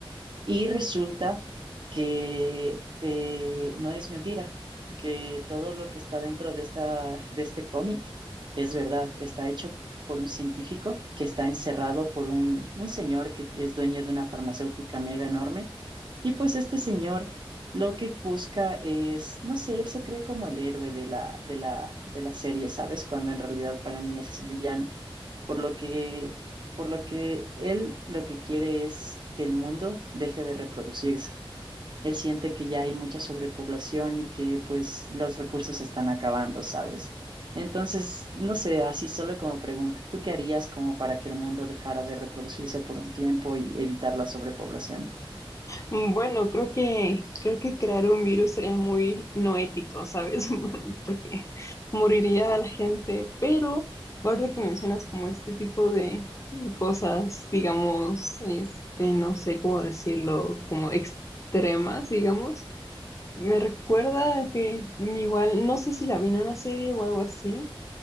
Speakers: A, on the right; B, on the left.
A: Y resulta que eh, no es mentira, que todo lo que está dentro de esta, de este cómic es verdad. Está hecho por un científico que está encerrado por un, un señor que es dueño de una farmacéutica mega enorme. Y pues este señor lo que busca es, no sé, él se cree como el héroe de la, de la, de la serie, ¿sabes? Cuando en realidad para mí es el villano. Por lo que por lo que él lo que quiere es que el mundo deje de reproducirse. Él siente que ya hay mucha sobrepoblación y que pues los recursos se están acabando, ¿sabes? Entonces, no sé, así solo como pregunta, ¿tú qué harías como para que el mundo dejara de reproducirse por un tiempo y evitar la sobrepoblación?
B: Mm, Bueno, creo que, creo que crear un virus sería muy no ético, ¿sabes? <laughs> Porque moriría a la gente, pero ahora que mencionas como este tipo de, de cosas, digamos, este, no sé cómo decirlo, como extremas, digamos, me recuerda que igual, no sé si la vi en una serie o algo así,